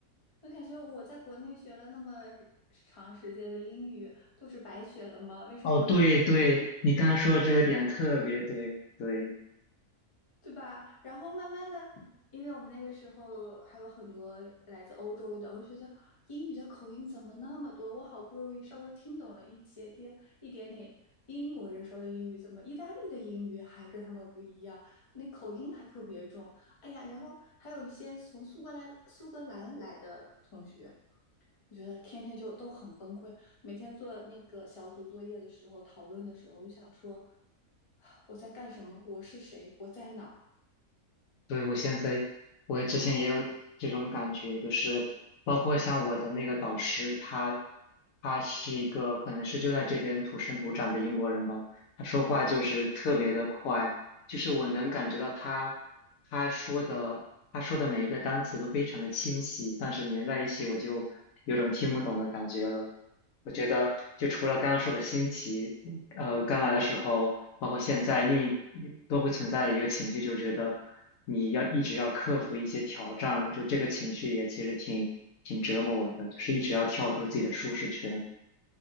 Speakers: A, on the left; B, on the left.
A: 我感觉我在国内学了那么长时间的英语，都是白学了吗？为什么我来了？
B: 哦，对对，你刚刚说的这个点特别对，对。
A: 对吧？然后慢慢的，因为我们那个时候还有很多来自欧洲的，我就觉得英语的口音怎么那么多？我好不容易稍微听懂了一些点一点点英国人说的英语，怎么意大利的英语还跟他们不一样？那口音还特别重。哎呀，然后还有一些从苏格兰苏格兰来的同学。我觉得天天就都很崩溃，每天做那个小组作业的时候，讨论的时候，我就想说，<sighs> 我在干什么？我是谁？我在哪儿？
B: 对，我现在，我之前也有这种感觉，就是包括像我的那个导师，他他是一个可能是就在这边土生土长的英国人吧，他说话就是特别的快，
A: 嗯，
B: 就是我能感觉到他他说的他说的每一个单词都非常的清晰，但是连在一起我就有种听不懂的感觉了。我觉得就除了刚刚说的新奇，呃刚来的时候，包括现在，另一都会存在的一个情绪，就是觉得你要一直要克服一些挑战，就这个情绪也其实挺挺折磨我的，就是一直要跳出自己的舒适圈。